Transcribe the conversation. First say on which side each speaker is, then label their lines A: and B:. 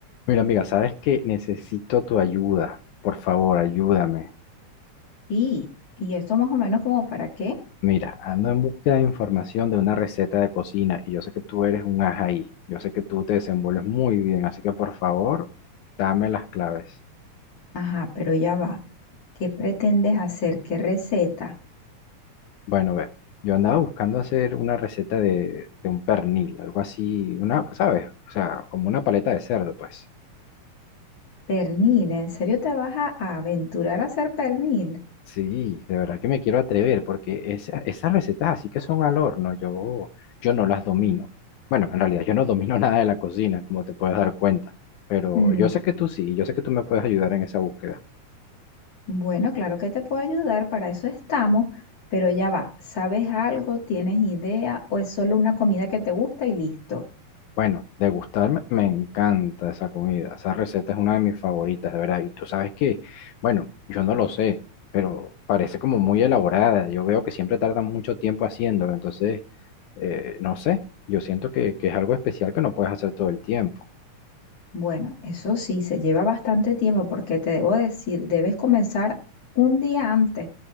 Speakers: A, on the left; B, on the left.
A: Mira, amiga, sabes que necesito tu ayuda. Por favor, ayúdame.
B: Sí, y esto más o menos como para qué.
A: Mira, ando en búsqueda de información de una receta de cocina y yo sé que tú eres un as ahí. Yo sé que tú te desenvuelves muy bien, así que por favor, dame las claves.
B: Ajá, pero ya va. ¿Qué pretendes hacer? ¿Qué receta?
A: Bueno, ve, yo andaba buscando hacer una receta de, de un pernil, algo así, una, ¿sabes? O sea, como una paleta de cerdo, pues.
B: Pernil, ¿en serio te vas a a aventurar a hacer pernil?
A: Sí, de verdad que me quiero atrever porque esa- esas recetas así que son al horno, yo, yo no las domino. Bueno, en realidad yo no domino <laughs> nada de la cocina, como te puedes dar cuenta, pero
B: Mm,
A: yo sé que tú sí, yo sé que tú me puedes ayudar en esa búsqueda.
B: bueno, claro que te puedo ayudar, para eso estamos, pero ya va. ¿Sabes algo? ¿Tienes idea? ¿O es solo una comida que te gusta y listo?
A: Bueno, degustarme, me encanta esa comida, esa receta es una de mis favoritas, de verdad. Y tú sabes que, bueno, yo no lo sé, pero parece como muy elaborada. Yo veo que siempre tardan mucho tiempo haciéndolo, entonces, eh, no sé, yo siento que, que es algo especial que no puedes hacer todo el tiempo.
B: Bueno, eso sí, se lleva bastante tiempo porque te debo decir, debes comenzar un día antes.